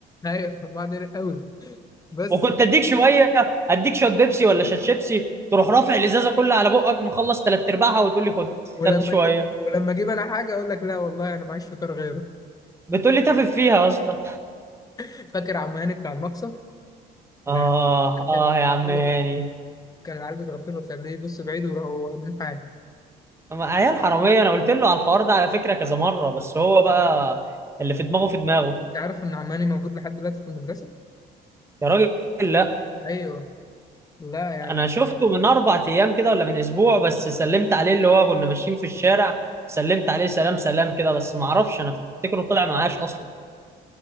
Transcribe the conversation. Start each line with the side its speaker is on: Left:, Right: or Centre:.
Left: أيوه كنت بعمل قوي بس
Right: وكنت اديك شويه اديك شويه بيبسي ولا شات شيبسي تروح رافع الازازه كلها على بقك مخلص ثلاث ارباعها وتقول لي خد
Left: ولما
Right: خدت شويه
Left: اجيب ولما اجيب انا حاجه اقول لك لا والله انا معيش فطار غيره
Right: بتقولي تافه فيها يا اسطى
Left: <laughs> فاكر عم هاني بتاع المقصف
Right: اه
Left: العيال كانت
Right: اه
Left: بتغفله
Right: يا عم هاني
Left: كان العيال بتغفله خليه يبص بعيد وراحوا واخدين حاجه
Right: أما عيال حراميه انا قلت له على الحوار ده على فكره كذا مره بس هو بقى اللي في دماغه في دماغه
Left: انت عارف ان عم هاني موجود لحد دلوقتي في المدرسه
Right: يا راجل لا
Left: ايوه لا يعني
Right: انا شفته من اربع ايام كده ولا من اسبوع بس سلمت عليه اللي هو كنا ماشيين في الشارع سلمت عليه سلام سلام كده بس ما اعرفش انا افتكره طلع معاش اصلا